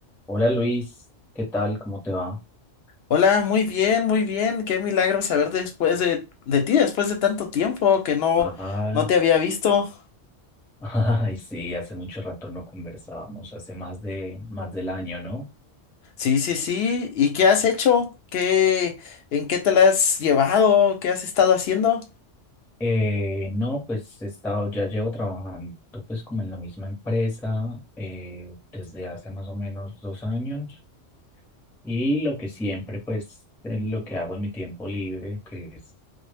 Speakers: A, in the centre; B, on the left.
A: Hola Luis, ¿qué tal? ¿Cómo te va?
B: Hola, muy bien, muy bien. Qué milagro saber después de, de ti, después de tanto tiempo que no,
A: Ah,
B: no te había visto.
A: <laughs> ay, sí, hace mucho rato no conversábamos, hace más de más del año, ¿no?
B: Sí, sí, sí. ¿Y qué has hecho? ¿Qué, en qué te la has llevado? ¿Qué has estado haciendo?
A: Eh, no, pues he estado, ya llevo trabajando pues como en la misma empresa eh, desde hace más o menos dos años y lo que siempre pues eh, lo que hago en mi tiempo libre, que es